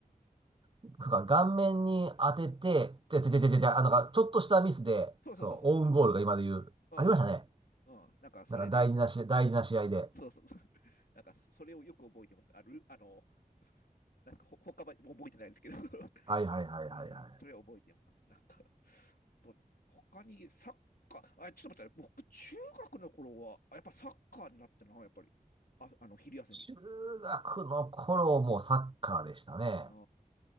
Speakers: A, on the right; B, on the left.
A: うか、顔面に当てて、てててててて、
B: うん。
A: あの、なんか、ちょっとしたミスで、
B: そうそうそうそう。
A: そう、オウンゴールが今で言う、
B: あ
A: ありましたね。
B: あ、うん。なんかそれで、
A: なんか大事なし、大事な試合で。
B: そうそうそう。<laughs> なんかそれをよく覚えてます。ある、あの、なんかほ他は覚えてないんですけど、<laughs>
A: はいはいはいはいはい。
B: うん、<laughs> それは覚えてます。なんか、あと、他にサッカー、あ、ちょっと待って、僕、中学の頃は、あやっぱサッカーになってな、やっぱり。あ、あの、昼休み。
A: 中学の頃もサッカーでしたね。
B: う